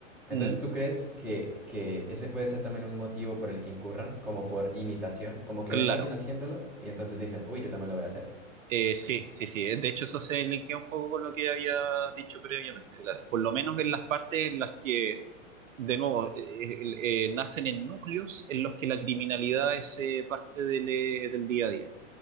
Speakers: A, in the centre; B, on the right (about 75°).
A: Entonces,
B: Mm,
A: ¿tú crees que, que ese puede ser también un motivo por el que incurran, como por imitación? Como que
B: claro.
A: ven a alguien haciéndolo y entonces dicen, uy, yo también lo voy a hacer.
B: Eh, sí, sí, sí. De hecho, eso se linkea un poco con lo que había dicho previamente, claro. Por lo menos en las partes en las que, de nuevo, eh, eh, eh, nacen en núcleos en los que la criminalidad es eh, parte del, eh, del día a día